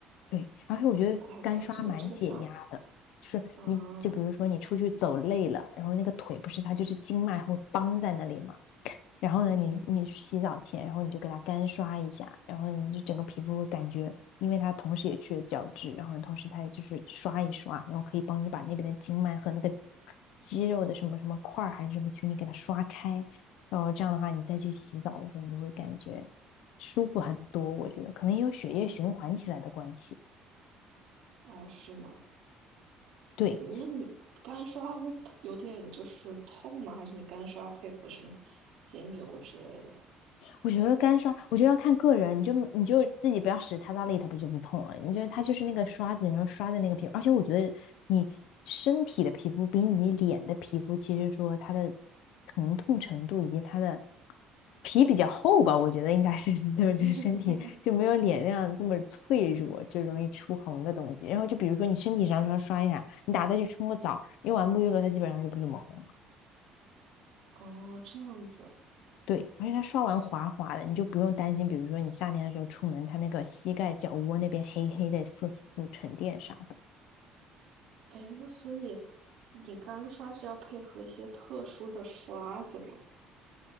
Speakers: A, on the left; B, on the right.
A: 对，而且我觉得干刷蛮解压的，
B: 我还不知道这有这个效果。
A: 就是你就比如说你出去走累了，
B: 啊，
A: 然后那个腿不是它就是经脉会绷在那里嘛，然后呢，
B: 嗯，
A: 你你洗澡前，然后你就给它干刷一下，然后你就整个皮肤会感觉，因为它同时也去了角质，然后同时它也就是刷一刷，然后可以帮你把那边的经脉和那个肌肉的什么什么块还是什么群里给它刷开，然后这样的话，你再去洗澡的时候，你就会感觉舒服很多。我觉得可能也有血液循环起来的关系。
B: 哦，是吗？
A: 对，
B: 嗯那你干刷会有点就是痛吗？还是你干刷要配合什么精油之类的？
A: 我觉得干刷，我觉得要看个人，你就你就自己不要使太大力，它不就不痛了？你就它就是那个刷子，然后刷的那个皮肤，而且我觉得你身体的皮肤比你脸的皮肤，其实说它的疼痛程度以及它的皮比较厚吧，我觉得应该是对，<laughs> 就是身体就没有脸那样这么脆弱，
B: <laughs>
A: 就容易出红的东西。然后就比如说你身体上稍微刷一下，你打再去冲个澡，用完沐浴露，它基本上就不怎么红。
B: 哦，这样子啊，
A: 对，而且它刷完滑滑的，你就不用担心，比如说你夏天的时候出门，它那个膝盖、脚窝那边黑黑的色素沉淀啥的。
B: 哎，那所以你干刷是要配合一些特殊的刷子吗？